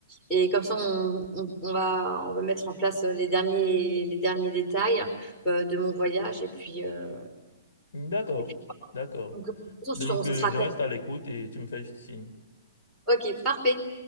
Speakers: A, in the centre; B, on the left.
A: Et comme ça, on, on- on va, on va mettre en place les derniers, les derniers détails euh, de mon voyage. Et puis, euh,
B: D'accord,
A: et puis
B: d'accord.
A: donc, de toute façon,
B: Donc,
A: je te- on se
B: euh,
A: sera
B: je reste à l'écoute et tu me fais juste signe.
A: Ok, parfait.